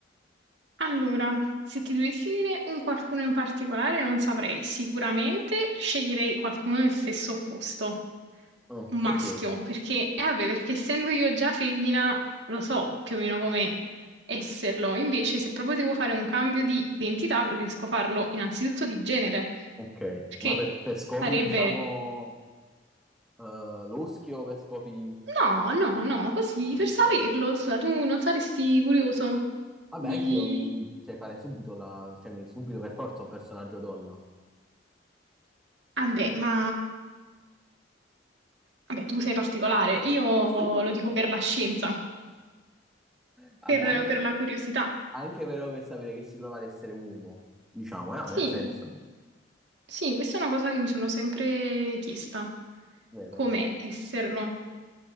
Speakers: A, on the right (about 65°); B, in the centre.
A: Allora, se ti dovessi dire un qualcuno in particolare, non saprei. Sicuramente sceglierei qualcuno del stesso opposto,
B: Oh,
A: un
B: perché?
A: maschio, perché, eh vabbè, perché essendo io già femmina, lo so più o meno come esserlo. Invece, se proprio devo fare un cambio di identità, preferisco farlo innanzitutto di genere,
B: Ok,
A: perché
B: ma per, per scopi,
A: sarebbe...
B: diciamo, eh, loschi o per scopi...
A: No, no, no, così
B: Ok.
A: per saperlo, scusa, tu non saresti curioso
B: Vabbè,
A: di...
B: anch'io mi, mi- cioè, farei subito la... cioè, mi- subito per forza un personaggio donna.
A: Ah beh, ma... Vabbè, tu sei particolare, io
B: <laughs>
A: lo dico per la scienza,
B: Vabbè,
A: per,
B: anche,
A: per la curiosità.
B: anche però per sapere che si prova ad essere uomo, diciamo, eh,
A: Sì,
B: nel senso...
A: sì, questa è una cosa che mi sono sempre chiesta,
B: Vero?
A: come esserlo.